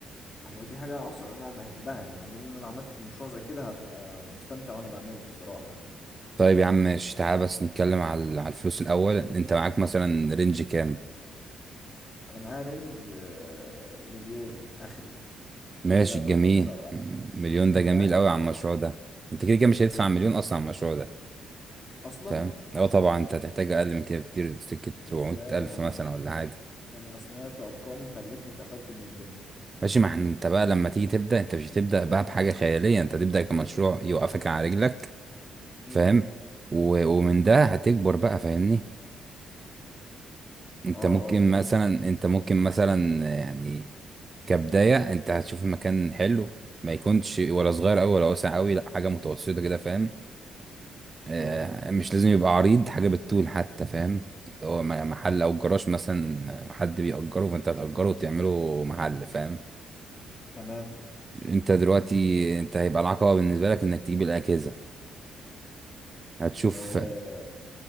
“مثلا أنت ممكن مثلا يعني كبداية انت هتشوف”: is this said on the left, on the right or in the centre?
Right